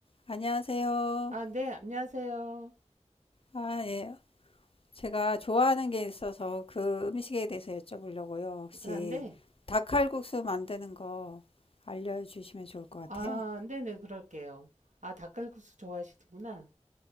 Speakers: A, on the left; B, on the right.
A: 안녕하세요.
B: 아, 네, 안녕하세요.
A: 아, 예. 제가 좋아하는 게 있어서 그 음식에 대해서 여쭤보려고요. 혹시
B: 아, 네.
A: 닭칼국수 만드는 거 알려주시면 좋을 것 같아요.
B: 아, 네네, 그럴게요. 아, 닭갈국수 좋아하시는구나.